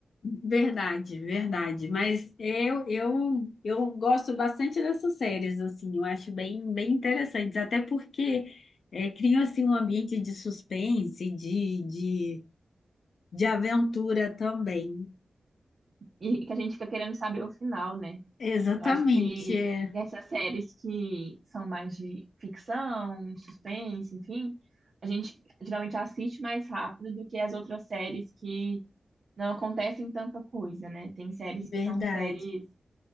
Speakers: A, on the left; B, on the right.
A: verdade, verdade. Mas eu, eu, eu gosto bastante dessas séries, assim, eu acho bem, bem interessantes, até porque é, criam, assim, um ambiente de suspense, de, de, de aventura também.
B: E que a gente fica querendo saber o final, né?
A: Exatamente,
B: Eu acho que
A: é
B: essas séries que são mais de ficção, de suspense, enfim, a gente geralmente assiste mais rápido do que as outras séries que não acontecem tanta coisa, né? Tem séries que
A: verdade.
B: são séries